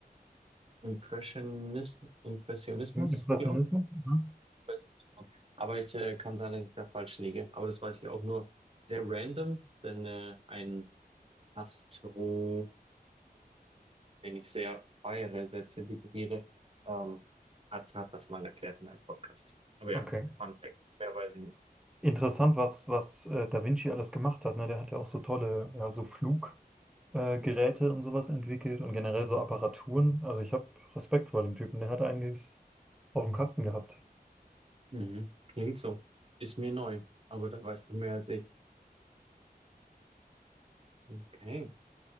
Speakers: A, on the right; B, in the centre.
A: Impressionis Impressionismus,
B: Im Impressionismus?
A: glaube
B: Mhm.
A: ich. Impressionismus. Aber ich äh, kann sein, dass ich da falsch liege. Aber das weiß ich auch nur sehr random, denn äh, ein Astrologe, den ich sehr feiere, sehr zelebriere, ähm, hat, hat das mal erklärt in einem Podcast. Aber ja,
B: Okay.
A: Fun Fact, mehr weiß ich nicht.
B: Interessant, was, was äh, Da Vinci alles gemacht hat. Ne? Der hat ja auch so tolle, ja, so Fluggeräte äh, Geräte und sowas entwickelt und generell so Apparaturen. Also ich habe Respekt vor dem Typen. Der hat einiges auf dem Kasten gehabt.
A: Mhm. Klingt so. Ist mir neu, aber da weißt du mehr als ich. Okay.